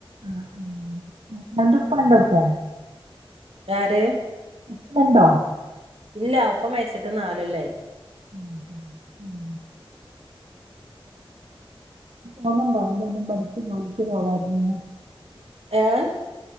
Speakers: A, on the right; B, on the right.
A: ആഹ് അവന്റെ ഉപ്പണ്ട് ഉപ്പേ
B: ഇത് ആര്?
A: ഇപ്പ യിണ്ടോ?
B: ഇല്ല ഇപ്പ മരിച്ചിട്ട് നാല് കൊല്ലം ആയി.
A: ഉം ഉം. തോന്നുന്നുണ്ടോ എന്തേലും പഠിച്ച് ജോലിക്ക് പോവായിരുന്നുയെന്ന്.
B: ഏഹ്.